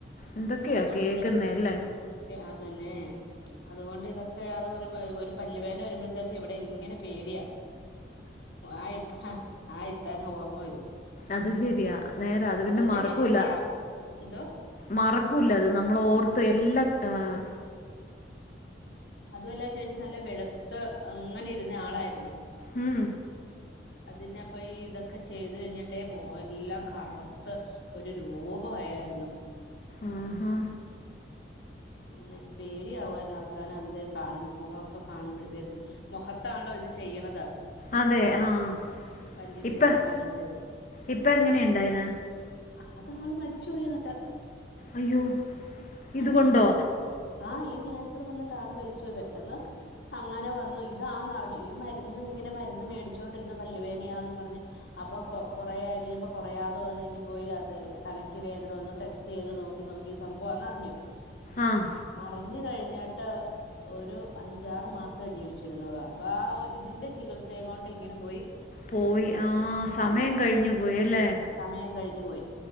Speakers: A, on the left; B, on the left.
A: എന്തൊക്കെയാ
B: അതുകൊണ്ട്
A: കേക്കുന്ന
B: ഇത്
A: അല്ലേ
B: അതന്നെ അതുകൊണ്ട് ഇതൊക്കെയാന്ന് പറയുമ്പോ ഒരു പല്ലു വേദന വരുമ്പോഴത്തേക്ക് ഇവിടെ ഇങ്ങനെ പേടിയാ ആ ഇത്ത ആ ഇത്താനെ ഓർമ്മ വരും
A: അത് ശെരിയാ നേരാ അത് പിന്നെ
B: അതുകൊണ്ട്
A: മറക്കൂല.
B: ഞങ്ങള് ക്യാ എന്തോ
A: മറക്കൂല്ല അത് നമ്മൾ ഓർത്ത് എല്ലാ ആഹ്
B: അതുവല്ലാ ആ ചേച്ചി നല്ല വെളുത്ത് അങ്ങനെ ഇരുന്ന ആളായിരുന്നു
A: ഉം
B: അതിന്നപ്പൊ ഈ ഇതൊക്കെ ചെയ്ത് കഴിഞ്ഞിട്ടേ മുഖവെല്ലാം കറുത്ത് ഒരു രൂപം ആയായിരുന്ന്
A: ആ ഹാ
B: അങ്ങനെ പേടിയാകുവായിരുന്നു അവസാനം ആഇത്തെ കാണും മുഖ ഒക്കെ കാണുമ്പോഴത്തേക്കും മുഖത്താണോ ഇത് ചെയ്യണത്
A: അതെ ആഹ്
B: പല്ലിന്
A: ഇപ്പ
B: ഇതാകുമ്പോഴത്തേക്ക്
A: ഇപ്പ എങ്ങനെയുണ്ടയിന്
B: അത് ആള് മരിച്ചു പോയിന്നിട്ട്
A: അയ്യോ ഇതുകൊണ്ടോ
B: ആഹ് ആഹ് ആഹ് ഈ ക്യാൻസർ വന്നിട്ട് ആള് മരിച്ചു പോയി പെട്ടെന്ന് അങ്ങനെ വന്നു ഇതാന്ന്റിഞ്ഞു ഈ മരുന്ന് ഇങ്ങനെ മരുന്ന് മേടിച്ചുകൊണ്ടിരുന്നു പല്ലുവേനയാന്നും പറഞ്ഞ് അപ്പൊ കൊ കൊറേ ആയി കഴിയുമ്പൊ കൊറയാതെ വന്ന് കഴിഞ്ഞ പോയി അത് തലയ്ക്ക് വേദന വന്നു ടെസ്റ്റ് ചെയ്ത് നോക്കി നോക്കി സംഭവാന്ന് അറിഞ്ഞു
A: ആഹ്
B: അറിഞ്ഞു കഴിഞ്ഞിട്ട് ഒരു അഞ്ചാറ് മാസമേ ജീവിച്ചിരുന്നുള്ളു അപ്പൊ ആ ഇതിന്റെ ചികിത്സയെ കൊണ്ട് ഇങ്ങനെ പോയി
A: പോയി ആ സമയം കഴിഞ്ഞു പോയി അല്ലേ
B: സമയം കഴിഞ്ഞു പോയി